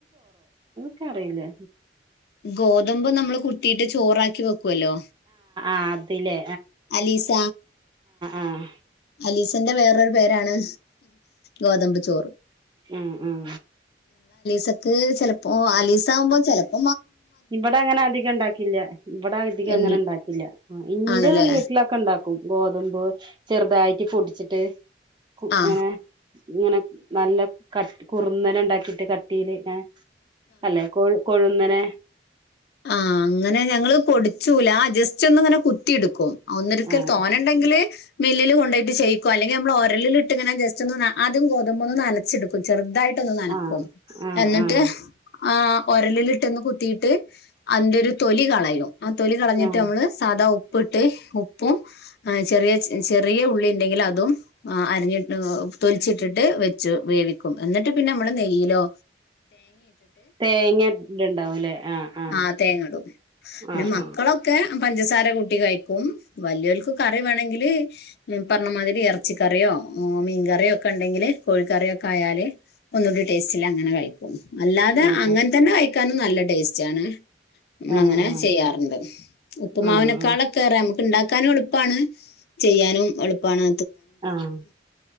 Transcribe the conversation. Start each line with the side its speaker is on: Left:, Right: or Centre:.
Right: ക്ക അറിയില്ലേ
Left: ഗോതമ്പ് നമ്മള് കു കിട്ട് ചോറാക്കി വക്കും ക്കല്ലോ
Right: ആതില്െ
Left: അലീസ
Right: ആഹ്
Left: അലീസന്റെ വേറൊരു പേരാണ് ഗോതമ്പ് ചോറ്
Right: ഉം ഉം
Left: അതക്ക് ചിലപ്പോ അലീസ ആകുമ്പോ ചിലപ്പ
Right: ഇവടെ അങ്ങനെ അധികം ഇണ്ടാക്കില്ല. ഇവടെ അധികം
Left: ഉം,
Right: അങ്ങനെ ഇണ്ടാക്കില്ല. ആഹ് ഇൻ്റെ
Left: ആണല്ലേ
Right: വീ ട്ട്ലൊക്ക ണ്ടാക്കും ഗോതമ്പ് ചെറുതായിട്ട് പൊടിച്ചിട്ട് ക്കും
Left: ആ
Right: എങ്ങനെ ഇങ്ങനെ നല്ല കട്ടി കുറുന്നരെ ഇണ്ടാക്കിട്ട് കട്ടീല് ഏഹ് അല്ലേ കൊഴ് കൊഴുന്ന നെ
Left: ആഹ് അങ്ങനെ ഞങ്ങള് പൊടിച്ചൂല ജസ്റ്റ് ചെന്ന് ങ്ങനെ കുത്തിയിടും ഒന്നൊരിക്കൽ
Right: ആഹ്
Left: തോന്നണ്ടെങ്കില് മില്ലില് കൊണ്ടോയിട്ട് ചെയ്യിക്കു അല്ലെങ്കിൽ നമ്മൾ ഒരലിട്ട്ങ്ങനെ ജസ്റ്റ് ഒന്ന് ആദ്യം ഗോതമ്പൊ ഒന്ന് നനച്ചെടുക്കും ചെുതയി ട്ടന്ന് നനക്കും
Right: ആഹ് ആഹ്
Left: എന്നിട്ട്
Right: ആഹ്
Left: ആഹ് ഒരലിലിട്ടന്ന് കുത്തിട്ട് അന്റെ ഒരു തൊലി കളയും ആഹ് തൊല കളഞ്ഞിട്ട്
Right: ആഹ്
Left: നമ്മള് സാധാ പ്പ് പ്പിട്ട് ഉപ്പും ചെറിയ ചെറിയ ഉള്ളി ഉണ്ടെങ്കിൽ അതും അരിഞ്ഞി തൊലിച്ചിട്ടിട്ട് വെച്ചു വേവിക്കും എന്നിട്ട് പിന്നെ നമ്മള് നെയ്യലോ
Right: തേങ്ങ ട ഉണ്ടാവുംല്ലേ ആഹ് ആഹ്
Left: ആഹ് തേങ്ങടും പിന്നെ
Right: ആഹ്
Left: മക്കളൊക്കെ പഞ്ചസാര കൂട്ടി കഴിക്കും വലിയൽക്ക് കറി വേണമെങ്കിൽ പറഞ്ഞമാതിരി ഇറച്ചിക്കറിയോ മീൻ കറിയോ ഒക്കെ ഉണ്ടെങ്കിൽ കോഴിക്കറിയൊക്കെ ആയാൽ ഒന്നുകൂടി ടേസ്റ്റിൽ അങ്ങനെ കഴിക്കും അല്ലാതെ
Right: ആഹ് ആഹ്
Left: അങ്ങനെ തന്നെ കയി ട്ടനും നല്ല ടേസ്റ്റ് ആണ് നമ്മളങ്ങനെ
Right: ആഹ് ആഹ്
Left: ചെയ്യാറുണ്ട് ഉപ്പുമാവിനെക്കാളൊകെറെ
Right: ആഹ്
Left: നമു ഉണ്ടാക്കാനും എളുപ്പാണ് ചെയ്യാനും എളുപ്പാണ്
Right: ആഹ്